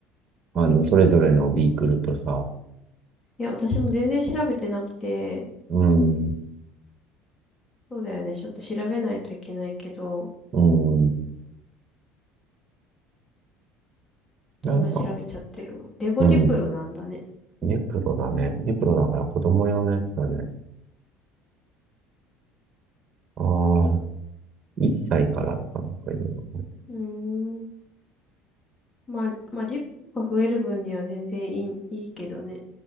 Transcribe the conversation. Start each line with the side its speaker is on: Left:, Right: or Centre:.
Right: あの、それぞれのビークルとさ、
Left: や、私も全然調べてなくて、
Right: うん、
Left: そうだよね。ちょっと調べないといけないけど。
Right: うん、
Left: と今調べちゃってるわ。
Right: なんか、
Left: レゴディプロなんだね。
Right: うん、ネプロだね。ネプロだから子供用のやつだね。ああ、1歳からとかなんかいろいろ。
Left: うーん。まあ、まあ、ディプロが増える分には全然いい、いいけどね。